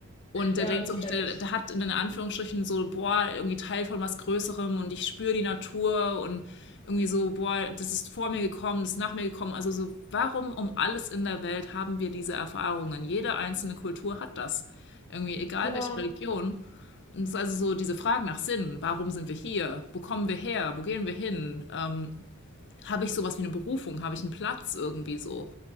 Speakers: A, on the left; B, on the left.
A: und
B: Ja,
A: der denkt
B: das
A: so, der,
B: kenne ich.
A: der hat in Anführungsstrichen so, boah, irgendwie Teil von was Größerem und ich spüre die Natur und irgendwie so, boah, das ist vor mir gekommen, das ist nach mir gekommen. Also so, warum um alles in der Welt haben wir diese Erfahrungen? Jede einzelne Kultur hat das. Irgendwie, egal
B: Ja,
A: welche Religion. Und es ist also so diese Frage nach Sinn. Warum sind wir hier? Wo kommen wir her? Wo gehen wir hin? Ähm, habe ich sowas wie eine Berufung? Habe ich einen Platz irgendwie so?